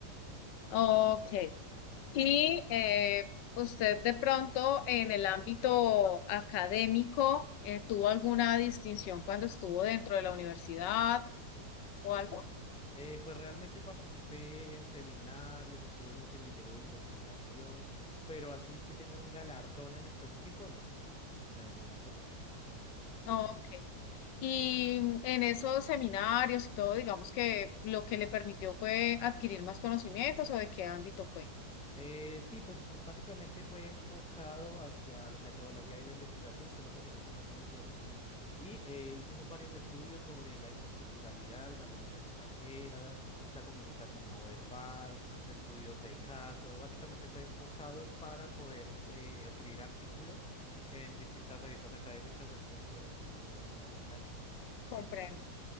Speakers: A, on the left (about 85°); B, in the centre.
A: Ok, Y eh, usted de pronto en el ámbito académico eh, tuvo alguna distinción cuando estuvo dentro de la universidad o algo.
B: Eh, pues realmente participé en seminarios, estuve en un semillero de investigación, pero así que tenga un galardón en específico, no. En el momento no.
A: No, Ok. Y mm, en esos seminarios y todo, digamos que lo que le permitió fue adquirir más conocimientos o de qué ámbito fue.
B: Eh, sí, pues b- básicamente fue enfocado hacia la metodología y la investigación, que es lo que hacemos en los semilleros, y eh, hicimos varios estudios sobre la interculturalidad en las lenguas extranjeras, la comunicación no verbal, estudios de caso, básicamente fue enfocado para poder eh, escribir artículos en distintas revistas académicas, así entre instituciones universitarias.
A: Comprendo.